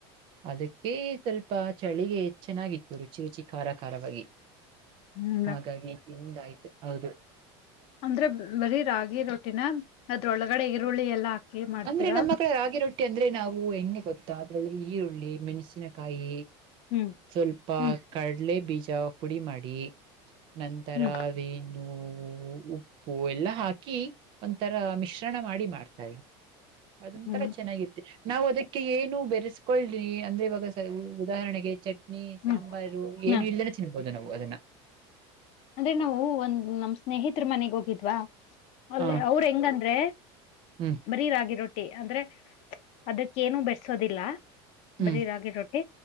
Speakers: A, on the right; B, on the left.
A: ಅದಕ್ಕೆ ಸ್ವಲ್ಪ ಚಳಿಗೆ ಚೆನ್ನಾಗಿತ್ತು ರುಚಿ ರುಚಿ ಖಾರ ಖಾರವಾಗಿ.
B: ಹ್ಮ್
A: ಹಾಗಾಗಿ ತಿಂದಾಯ್ತು ಹೌದು.
B: ಅಂದ್ರೆ ಬರೀ ರಾಗಿ ರೊಟ್ಟಿನ ಅದ್ರೊಳಗಡೆ ಈರುಳ್ಳಿ ಎಲ್ಲಾ ಹಾಕಿ ಮಾಡ್ತೀರಾ
A: ಅಂದ್ರೆ ನಮ್ಮ ಕಡೆ ರಾಗಿ ರೊಟ್ಟಿ ಅಂದ್ರೆ ನಾವು ಹೆಂಗೆ ಗೊತ್ತಾ ಅದ್ರಲ್ಲಿ ಈರುಳ್ಳಿ ಮೆಣಸಿನ ಕಾಯಿ
B: ಹ್ಮ್
A: ಸ್ವಲ್ಪ
B: ಹ್ಮ್
A: ಕಡ್ಲೆ ಬೀಜ ಪುಡಿ ಮಾಡಿ. ನಂತರ.
B: ಹ್ಮ್
A: ಬೇನು ಉಪ್ಪು ಎಲ್ಲಾ ಹಾಕಿ ಒಂಥರ ಮಿಶ್ರಣ ಮಾಡಿ ಮಾಡ್ತಾರೆ. ಅದೊಂತರ
B: ಹ್ಮ್
A: ಚೆನಾಗಿರತೆ ನಾವ್ ಅದಕ್ಕೆ ಏನು ಬೆರೆಸ್ಕೊಳ್ದೆ ಅಂದ್ರೆ ಇವಾಗ ಉದಾಹರಣೆಗೆ ಚಟ್ನಿ ಸಾಂಬಾರು
B: ಹ್ಮ್ ಹಾ
A: ಏನು ಇಲ್ದೇನೆ ತಿನ್ಬಹುದು ನಾವು ಅದನ್ನ.
B: ಅಂದ್ರೆ ನಾವು ಒಂದ್ ನಮ್ ಸ್ನೇಹಿತ್ರ ಮನೆಗ್ ಹೋಗಿದ್ವಾ ಅಲ್ಲ್
A: ಹ
B: ಅವ್ರ ಹೆಂಗಂದ್ರೆ.
A: ಹ್ಮ್
B: ಬರೀ ರಾಗಿ ರೊಟ್ಟಿ ಅಂದ್ರೆ ಅದಕ್ಕೇನು ಬೆರಸೋದಿಲ್ಲ.
A: ಹ್ಮ್
B: ಬರೀ
A: ಹ್ಮ್
B: ರಾಗಿ ರೊಟ್ಟಿ